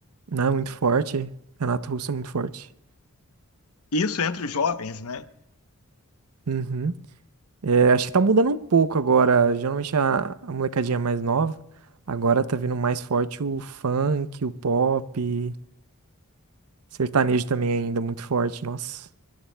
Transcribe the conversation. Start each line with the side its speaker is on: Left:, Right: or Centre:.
Right: Não, muito forte. Renato Russo é muito forte.
Left: Isso entre os jovens, né?
Right: Uhum. É, acho que tá mudando um pouco agora. Geralmente a, a molecadinha mais nova. Agora tá vindo mais forte o funk, o pop. Sertanejo também ainda muito forte, nossa.